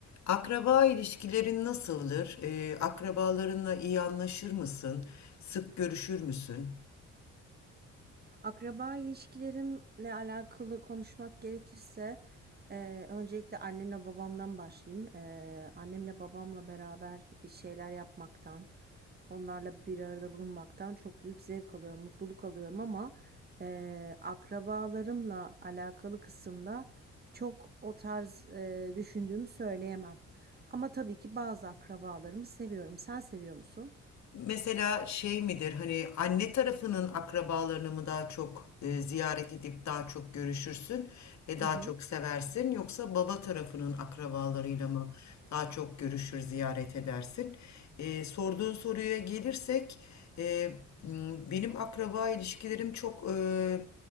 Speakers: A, on the left; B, on the right.
A: Akraba ilişkilerin nasıldır? Eee, akrabalarınla iyi anlaşır mısın? Sık görüşür müsün?
B: Akraba ilişkilerimle alakalı konuşmak gerekirse eee, öncelikle annemle babamdan başlayayım. Eee, annemle babamla beraber bir şeyler yapmaktan, onlarla bir arada bulunmaktan çok büyük zevk alıyorum, mutluluk alıyorum ama eee, akrabalarımla alakalı kısımda çok o tarz eee, düşündüğümü söyleyemem. Ama tabii ki bazı akrabalarımı seviyorum. Sen seviyor musun?
A: Mesela şey midir, hani anne tarafının akrabalarını mı daha çok eee, ziyaret edip daha çok görüşürsün ve
B: Hı
A: daha
B: hı.
A: çok seversin? Yoksa baba tarafının akrabalarıyla mı daha çok görüşür, ziyaret edersin? Eee, sorduğun soruya gelirsek, eee, m, benim akraba ilişkilerim çok... eee